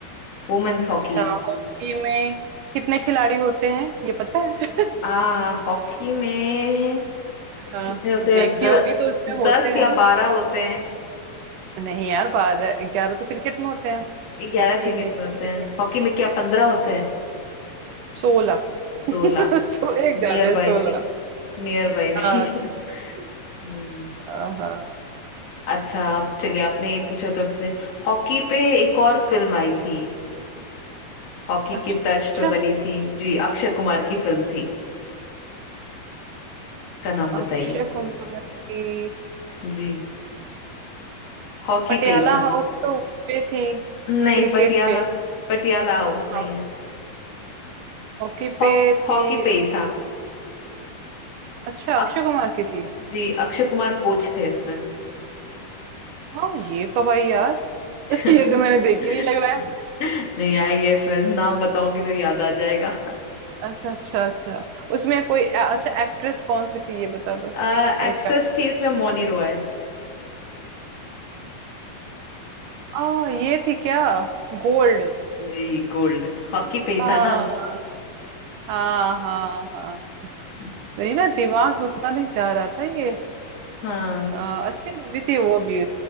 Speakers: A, on the left; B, on the right.
A: वुमेन्स हॉकी
B: अच्छा हॉकी में कितने खिलाड़ी होते हैं ये पता है
A: आ हॉकी में
B: हाँ
A: कितने होते
B: देखी
A: हैं द,
B: होगी तो उसमें
A: दस
B: होते
A: या
B: हैं ना
A: बारह होते हैं
B: नहीं यार बारह ग्यारह तो क्रिकेट में होते हैं
A: ग्यारह
B: हॉकी
A: क्रिकेट
B: में
A: में होते
B: कितने
A: हैं
B: होते
A: हॉकी
B: हैं
A: में क्या पंद्रह होते हैं
B: हम्म, सोलह <laughs>
A: सोलह
B: सो एक
A: नियर
B: ज्यादा है
A: बाई
B: सोलह
A: थी नियर बाई
B: हाँ
A: थी <laughs>
B: ठीक
A: हम्म
B: है। हाँ
A: अच्छा चलिए आपने ये पूछा तो पूछते हॉकी पे एक और फिल्म आई थी हॉकी
B: अच्छा
A: के तर्ज पे बनी थी
B: ओके
A: जी अक्षय कुमार की फिल्म थी का नाम
B: अक्षय
A: बताइए
B: कुमार की
A: जी हॉकी
B: पटियाला
A: पे ही था
B: हाउस तो उस पे थी
A: नहीं
B: क्रिकेट
A: पटियाला
B: पे
A: पटियाला हाउस
B: हाँ
A: नहीं है
B: हॉकी
A: हॉक
B: पे थी
A: हॉकी पे ही
B: अक्षय
A: था
B: कुमार अच्छा अक्षय
A: अक,
B: कुमार की थी
A: जी अक्षय कुमार कोच थे इसमें
B: हाँ ये कब आई यार
A: <laughs>
B: <laughs> ये तो मैंने देखी नहीं लग रहा है
A: नहीं आई ये फिल्म नाम बताऊंगी तो याद आ जाएगा
B: अच्छा अच्छा अच्छा उसमें कोई अच्छा एक्ट्रेस कौन सी थी ये बता दो
A: <laughs>
B: फिर
A: एक्ट्रेस
B: क्या पता
A: थी इसमें मौनी रॉय
B: आ, ये थी क्या गोल्ड
A: जी गोल्ड हॉकी पे ही
B: हाँ
A: था ना
B: हाँ हाँ हाँ
A: <laughs>
B: नहीं ना दिमाग उतना नहीं जा रहा था ये
A: हाँ
B: आ, अच्छी मूवी थी वो भी